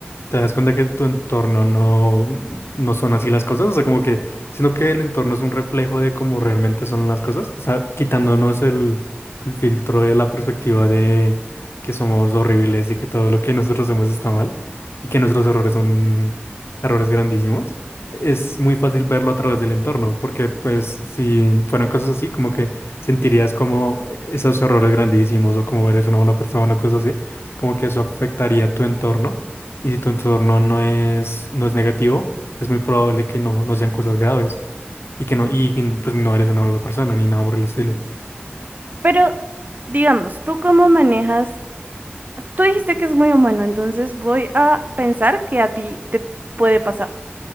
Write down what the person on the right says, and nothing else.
Pero, digamos, ¿tú cómo manejas? Tú dijiste que es muy humano, entonces voy a pensar que a ti te puede pasar.